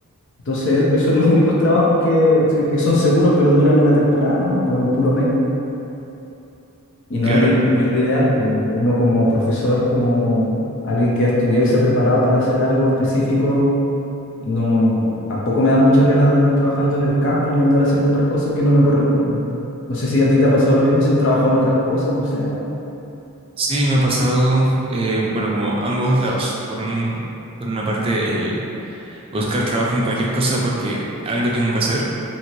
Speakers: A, on the left (about 55°); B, on the right (about 25°).
A: Entonces, <laughs> esos son los únicos trabajos que, que son seguros, pero duran una temporada nomás, pues un puro mes. Y no
B: claro.
A: es lo, i- no es lo ideal, pues, uno como profesor, como alguien que ha estudiado y se ha preparado para hacer algo específico, no, tampoco me da muchas ganas de andar trabajando en el campo ni andar haciendo otras cosas que no me corresponden. No sé si a ti te ha pasado lo mismo, si has trabajado en otras cosas, no sé.
B: Sí, me ha pasado, eh, bueno, como ambos lados. Por un, por una parte, el buscar trabajo en cualquier cosa porque algo tengo que hacer